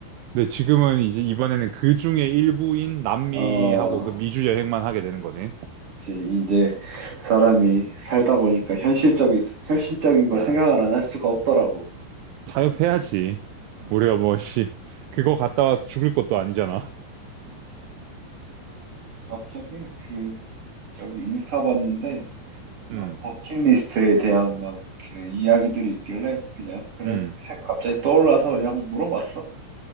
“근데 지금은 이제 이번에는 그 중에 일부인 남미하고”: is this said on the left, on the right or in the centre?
Right